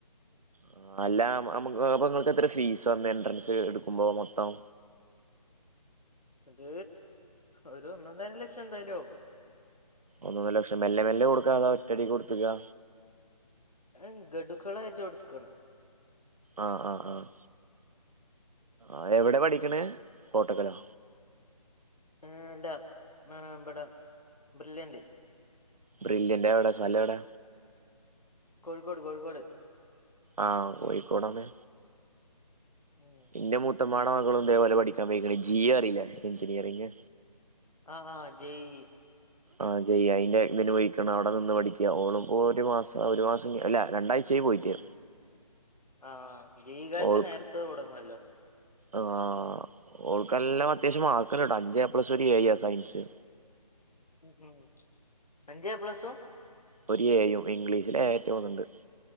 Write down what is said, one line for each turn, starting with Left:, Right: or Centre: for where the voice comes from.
Right: ആഹ് അല്ല അമ് അപ്പ ഇങ്ങൾക്ക് എത്ര ഫീസ് വന്നെ എൻട്രൻസ് എടുക്കുമ്പോ മൊത്തം
Left: അത് ഒരു ഒന്ന് ഒന്നര ലക്ഷം എന്തായാലും ആവും
Right: ഒന്ന് ഒന്നര ലക്ഷം മെല്ലെ മെല്ലെ കൊടുക്കാ അതാ ഒറ്റ അടിക്ക് കൊട്ത്ത്ക്കാ
Left: ഏഹ് ഗഡുക്കളായിട്ട് കൊടുക്കാണ്
Right: ആഹ് ആഹ് ആഹ് ആഹ് എവിടെ പഠിക്കണെ കോട്ടക്കലോ
Left: ആഹ് അല്ല ആഹ് ഇബടെ ബ്രില്ല്യന്റ്
Right: ബ്രില്യന്റാ അത് എവിടെ സ്ഥല എവിടാ
Left: കോഴിക്കോട് കോഴിക്കോട്
Right: ആഹ് കോഴിക്കോടാണ്
Left: ഉം.
Right: ഇന്റെ മൂത്തമ്മാടെ മകളും ഇതേപോലെ പഠിക്കാൻ പോയിക്ക്ണ് ജിയോ അറിയില്ലേ എഞ്ചിനിയറിംഗ്
Left: ആഹ് ആഹ് ജെ ഈ
Right: ആഹ് ജെ ഈ അയ്ന്റെ ഇതിന് പൊയ്ക്കണ അവിടെ നിന്ന് പഠി <unintelligible> ഓളുപ്പൊ ഒരു മാസം ഒരു മാസം അല്ല രണ്ടാഴ്ച്ചായി പോയിറ്റ്
Left: ആഹ് ജെ ഈ കാർക്ക്
Right: ഓൾക്ക്
Left: നേരത്തെ തൊടങ്ങുവല്ലോ
Right: ആഹ് ഓൾക്ക് നല്ലോം അത്യാവശ്യം മാർക്ക് ഇണ്ട്ട്ടോ അഞ്ച് എ പ്ലസും ഒരു എ യുആ സയൻസ്
Left: ഉം അഞ്ച് എ പ്ലസും
Right: ഒരു ഏയും ഇംഗ്ലീഷില് ഏയാറ്റാന്ന് തോനുന്നുണ്ട്